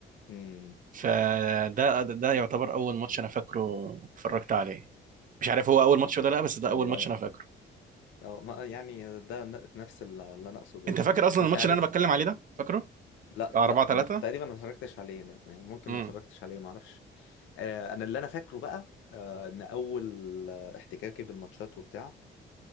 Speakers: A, on the left; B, on the right.
A: امم
B: فده ده يعتبر اول ماتش انا فاكره اتفرجت عليه مش عارف هو اول ماتش ولا لا بس ده
A: والله
B: اول ماتش انا فاكره
A: اه ما- يعني ده ن- نفس الل- اللي انا اقصده
B: انت
A: يعني
B: فاكر اصلا
A: انت
B: الماتش
A: عارف
B: اللي انا بتكلم عليه ده فاكره
A: لا
B: بتاع
A: لا
B: 4 3
A: انا تقريبا ما اتفرجتش عليه ده يعني ممكن
B: امم
A: ما اتفرجتش عليه ما اعرفش آه انا اللي انا فاكره بقى آه ان اول آه، احتكاكي بالماتشات وبتاع